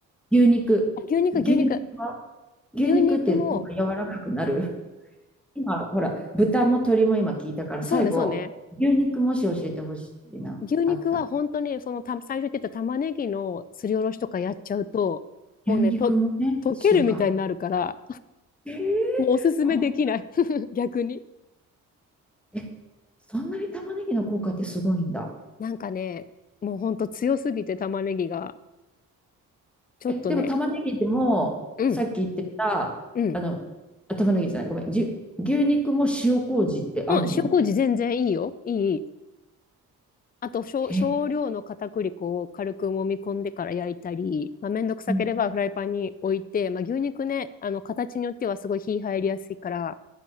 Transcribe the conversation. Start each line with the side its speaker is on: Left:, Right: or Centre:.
Centre: 牛肉。
Left: あ牛肉、
Centre: 牛肉は
Left: 牛肉。
Centre: 牛肉ってなんか柔らかくなる
Left: 牛肉も、
Centre: 今、ほら、豚も鶏も今聞いたから、最後、
Left: そうね、そうね。
Centre: 牛肉もし教えてほしいな、
Left: 牛肉は本当にそのた最初言ってた玉ねぎのすりおろしとかやっちゃうと、
Centre: あった。
Left: もうね、
Centre: 牛肉もね、
Left: と、溶けるみたいになるから、
Centre: 一緒か。えー、
Left: もうおすすめできない
Centre: ほん
Left: <laughs> 逆に。
Centre: え、そんなに玉ねぎの効果ってすごいんだ。
Left: なんかね、もうほんと強すぎて玉ねぎが、ちょっとね、
Centre: え、でも玉ねぎでも、
Left: うん、
Centre: さっき言ってた、
Left: うん。
Centre: あの、あ玉ねぎじゃない、ごめん、牛牛肉も塩麹って合うの
Left: うん、塩麹全然いいよ。いい、いい。あと少、
Centre: へえ、
Left: 少量の片栗粉を軽く揉み込んでから焼いたり、まあ、めんどくさければフライパンに置いて、
Centre: うん。
Left: まあ、牛肉ね、あの、形によってはすごい火入りやすいから、